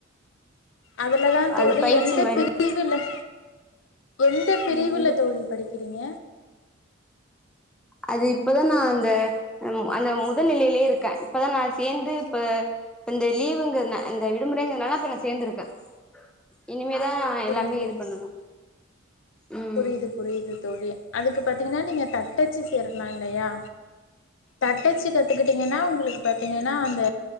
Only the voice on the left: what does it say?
அதுலதா தோழி
எந்த
பிரிவுல எந்த பிரிவுல
தோழி படிக்கிறீங்க
புரியுது
புரியுது புரியுது தோழி அதுக்கு பாத்தீங்கன்னா நீங்க தட்டச்சு சேரலா இல்லையா தட்டச்சு கத்துக்கிட்டீங்கன்னா உங்களுக்கு பாத்தீங்கன்னா அந்த